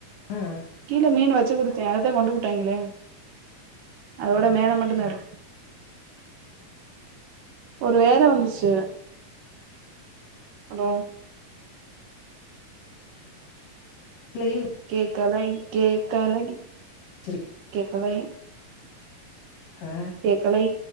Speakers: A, on the left; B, on the right.
A: அ
B: கீழ மீனு வச்சு குடுத்தேன் அதத்தான் கொன்டு புட்டாய்ங்களே அதோட மேல மட்டும் தாருக் ஒரு வேல வந்துச்சு ஹலோ
A: லையும்
B: கேக்கலை கேக்கலை
A: வச்சிருக்கியா
B: கேக்கலை
A: அப்ப
B: கேக்கலை